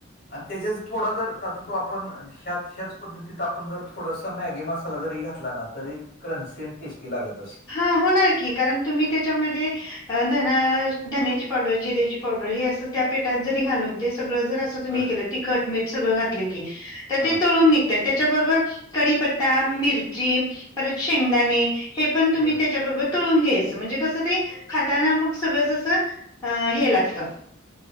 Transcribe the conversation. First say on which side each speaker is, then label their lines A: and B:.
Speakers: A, on the left; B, on the left.
A: आणि त्याच्याचं थोडा जर ता तो आपण- ह्यात ह्याच पद्धतीत आपण जर, थोडासा मॅगी मसाला जरी घातला ना तरी - क्रंची आणि टेस्टी लागत असेल.
B: हा होणार की, कारण तुम्ही त्याच्यामध्ये- अ धना धण्याची पावडर, जिऱ्याची पावडर हे असं त्या पिठात जरी घालून ते सगळं जर- म तुम्ही
A: बर
B: हे केलंत तिखट मीठ सगळं घातल की. तर
A: हा
B: ते तळून निघ - -ते. त्याच्याबरोबर कढिपत्ता, मिरची, परत शेंगदाणे हे- पण तुम्ही
A: बर
B: त्याच्याबरोबर- तळून घ्यायचं. म्हणजे कसं ते खाताना मग सगळंच असं हे लागत.